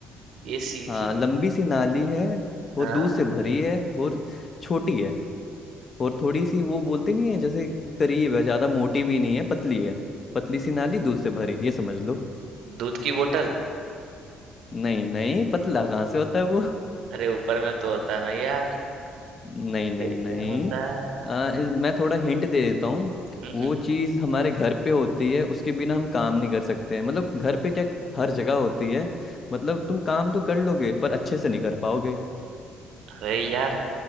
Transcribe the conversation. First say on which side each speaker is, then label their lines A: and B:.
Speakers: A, on the right; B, on the left.
A: ये सीधी
B: हाँ लंबी सी नाली है और
A: हाँ
B: दूध से भरी है और छोटी है और थोड़ी सी वो बोलते नहीं है जैसे करीब है ज्यादा मोटी भी नहीं है पतली है पतली सी नाली दूध से भरी ये समझ लो
A: दूध की बोतल
B: नहीं नहीं पतला कहाँ से होता है वो
A: अरे ऊपर में तो होता है ना यार
B: नहीं नहीं
A: फिर क्या
B: नहीं
A: होता है
B: आ, इस- मैं थोड़ा हिंट दे देता हूँ
A: हम्म
B: वो
A: हम्म।
B: चीज़ हमारे घर पे होती है उसके बिना हम काम नहीं कर सकते मतलब घर पे क्या हर जगह होती है मतलब तुम काम तो कर लोगे पर अच्छे से नहीं कर पाओगे
A: अरे यार